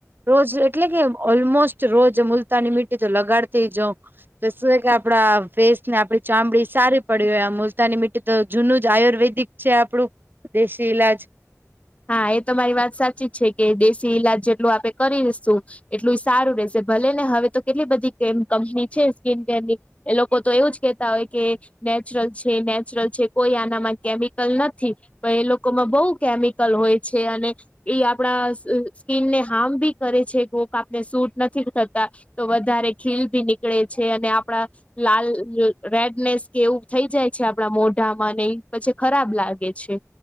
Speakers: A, on the right (about 40°); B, on the left (about 25°).
A: રોજ એટલે કે ઓલમોસ્ટ રોજ મુલતાની મીી તો લગાડ થ જઉ તો શું કે આપડા ફેસ ને આપડી ચામડી સારી પડી હોય આ મુલતાની મીટી તો જૂનું જ આયુર્વેદિક છે આપણું દેશી ઈલાજ
B: હા એ તો તમારી વાત સાચી જ છે. કે દેશી ઈલાજ જેટલું આપડે કરીશું, એટલું સારું રશે ભલે ને હવે તો કેટલી બધી કંપની છે સ્કીિન કેરની, એ લોકો તો એવું જ કેહેતા કે નેચરલ છે, નેચરલ છે, કોઈ આનામાં કેમી અકલ નથી, પણ એ લોકોમાં બહુ કેમિકલ હોય છે અને, એ આપણા સ્કીનને હાર્મ બી કરે છે, કોક આપને સૂટ નથી થતા, તો વધારે ખીલ ભી નીકળે છે. અને આપડા, લાલ રેડનેસ કે એવું થઈ જાય છે આપડા મોઢામાં ઈ પછી ખરાબ લાગે છે.